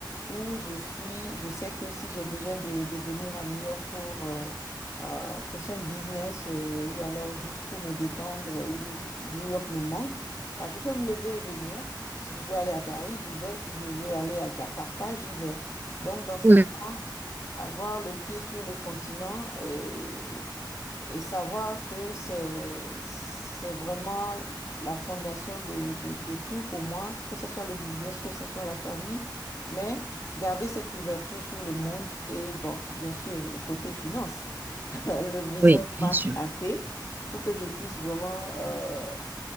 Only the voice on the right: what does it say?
oui,
oui, bien
sûr.